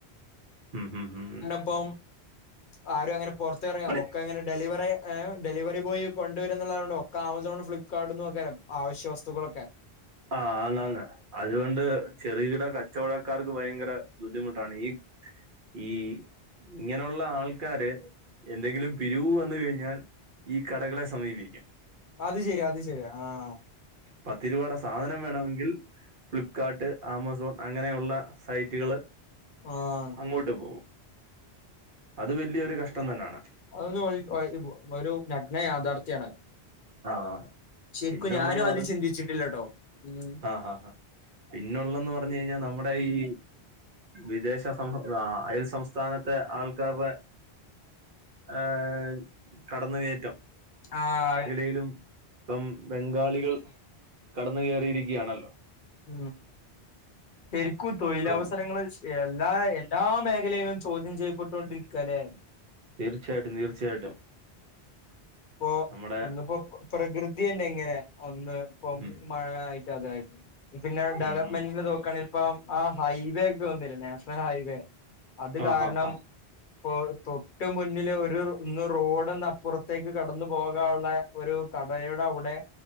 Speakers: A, on the right; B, on the left.
A: ഉം, ഉം, ഉം.
B: പ്പോം, ആരും അങ്ങനെ പുറത്തറങ്ങ,
A: പണി
B: ഒക്കെങ്ങനെ ഡെലിവറി ഏ ഡെലിവറി ബോയ് കൊണ്ടുവരുന്നുള്ളതൊണ്ട് ഒക്കെ ആമസോൺ ഫ്ലിപ്കാർട്ട്ന്നൊക്കെ ആവ്യശ്യ വസ്തുക്കളൊക്കെ.
A: ആഹ് ആന്നാന്ന് അതുകൊണ്ട്, ചെറുകിട കച്ചവടക്കാർക്ക് ഭയങ്കര ബുദ്ധിമുട്ടാണ് ഈ ഈ.. ഇങ്ങനുള്ള ആൾക്കാര് എന്തെങ്കിലും പിരിവു വന്ന് കഴിഞ്ഞാൽ, ഈ കടകളെ സമീപിക്കും.
B: അത് ശെരിയാ, അത് ശരിയാ, ആഹ്.
A: പത്ത് രൂപേടെ സാധനം വേണമെങ്കിൽ ഫ്ലിപ്കാർട്ട്, ആമസോൺ അങ്ങനെയൊള്ള സൈറ്റ്കള്
B: ആഹ്
A: അങ്ങോട്ട് പോവും. അത് വെല്യൊരു കഷ്ടം തന്നാണ്.
B: അത് നോക്കി കൊയങ്ങിപ്പോവും. ഒരു നഗ്ന യാഥാർത്ഥ്യാണത്.
A: ആ
B: ശെരിക്കും
A: പിന്നുള്ളെന്ന്
B: ഞാനു അത് ചിന്തിച്ചിട്ടില്ലട്ടോ, ഉം
A: ആഹ്, ഹാ, ഹാ. പിന്നെള്ളെന്ന് പറഞ്ഞഴിഞ്ഞാ, നമ്മുടെ ഈ വിദേശ സം, ആ, അയൽ സംസ്ഥാനത്തെ ആൾക്കാരുടെ ഏഹ്! കടന്നുകയറ്റം.
B: ആഹ്, ആയി
A: ങ്കിലും, പ്പം, ബംഗാളികൾ കടന്ന് കേറിയിരിക്കുകയാണല്ലോ!.
B: ഉം. ശരിക്കും തൊഴിലവസരങ്ങള്
A: അപ്പം
B: എല്ലാ.., എല്ലാ മേഖലയിലും ചോദ്യം ചെയ്യപ്പെട്ടോണ്ടിരിക്കാല്ലേ?
A: തീർച്ചയായിട്ടും, തീർച്ചയായിട്ടും.
B: പ്പോ
A: നമ്മുടെ
B: ഒന്ന്പ്പോ പ്രകൃതിയെന്നെങ്ങനെ, ഒന്ന്പ്പം
A: ഉം
B: മഴ ആയിട്ട് അതായിട്ട്, പിന്നെ ഡെവലപ്മെന്റിൻ്റെ
A: ഉം ഉം
B: നോക്കാണെങ്കിപ്പം. ആഹ്, ഹൈവേ ഒക്കെ വന്ന്ലെ നാഷ്ണൽ ഹൈവേ അത്
A: ആ
B: കാരണം.
A: ഹാ ഹാ
B: പ്പോ തൊട്ട് മുന്നില് ഒരു ഇന്ന് റോഡന്ന്പ്പുറ ത്തേക്ക് കടന്നു പോകാ ഉള്ളെ ഒരു കടയുടെ അവുടെ